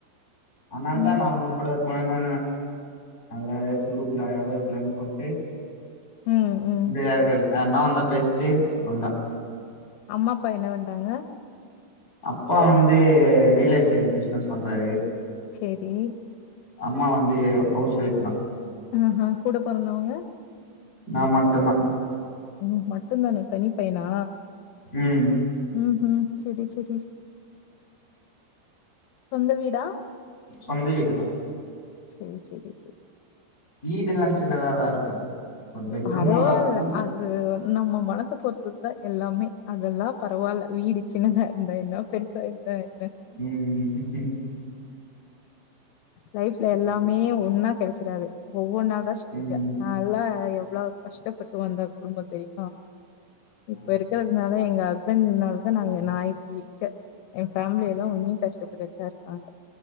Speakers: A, on the left (about 15°); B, on the left (about 80°).
A: அனால தா
B: ம்
A: நா அவுனுங்க கூட போன அத ஏதாச்சும் குரூப்ல அவைலபிலா போட்டு
B: ம் ம்
A: <unintelligible> யாருன்னா வந்தா பேசிட்டு அவளோ தா
B: அம்மா அப்பா என்ன பண்றாங்க
A: அப்பா வந்து ரியல் எஸ்டேட் பிச்னஸ் பண்றாரு
B: சேரி
A: அம்மா வந்து ஹவுஸ் ஒஃப் தான்
B: அ அ கூட போறந்தவங்க
A: நா மட்டும் தா
B: ம் மட்டும் தானா தனி பையனா
A: ம்
B: ம் ம் செரி செரி சொந்த வீடா
A: சொந்த வீடு தான்
B: செரி செரி செரி
A: வீடு எல்லா சின்னதா தான் இருக்கும் ஒரு பெட்ரூமும்
B: பரவாயில்ல
A: ஒரு ஹாலு
B: அது நம்ம மனச பொறுத்தது தா எல்லாமே அதெல்லா பரவாயில்ல வீடு சின்னதா இருந்தா என்ன பெருசா இருந்தா என்ன
A: ம் ம் ம்
B: லைஃப்ல எல்லாமே
A: அது
B: ஒன்னா கடைசிறது ம் ஒண்ணாதா‌ ஸ்டேஜா
A: ம்
B: நல்லா அவ்ளோ கஷ்டப்பட்டு வந்த குடும்பம் தெரியுமா
A: ஆ
B: இப்ப இருக்கிறதுனால எங்க அ ஹஸ்பண்ட்னால தா நாங்க நான் இப்படி இருக்கேன் என் ஃபேமிலி எல்லா இன்னும் கஷ்டப்பட்டுதா இருக்காங்க